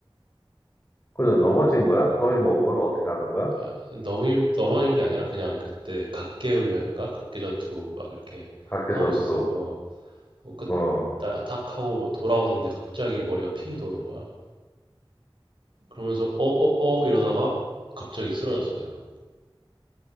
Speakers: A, on the left; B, on the right.
A: 근데 넘어진 거야 더위 먹은 걸 어떻게 하는 거야
B: 아, 넘이, 넘어진 게 아니라 그냥 그때 각계 훈련인가? 각계 전투 막 이렇게
A: 각개전투
B: 하고 있어서 어, 하고 끝,
A: 어
B: 나, 탁 하고 돌아오는데 갑자기 머리가 핑 도는 거야. 그러면서 어, 어, 어 이러다가 갑자기 쓰러졌어 내가.